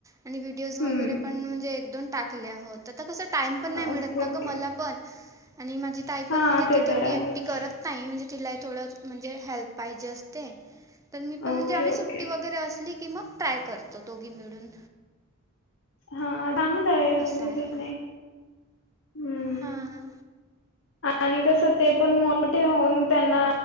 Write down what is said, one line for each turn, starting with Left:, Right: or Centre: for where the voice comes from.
Right: आणि व्हिड् ओज वगैरे
Left: हम्म
Right: पण म्हणजे एक दोन टाकले आहो त आता कसं टाइम पण नाय मिळत
Left: ओके
Right: ना
Left: ओके
Right: ग मला पण. आणि माझी ताई पण
Left: हा
Right: म्हणजे
Left: ते
Right: ती तेवढी
Left: तर आहेच.
Right: एकटी करत नाही म्हणजे तिला थोडं म्हणजे हेल्प पाहीजे असते. तर मी पण
Left: ओके
Right: म्हणजे आम्ही
Left: ओके
Right: सुट्टी वैगेरे असली की मग ट्राय करतो दोघी मिळून.
Left: हा चांगलंय म्हणजे
Right: असं आहे
Left: ते पण एक हम्म
Right: हां.
Left: आणि कसं ते पण मोठे होऊन त्यांना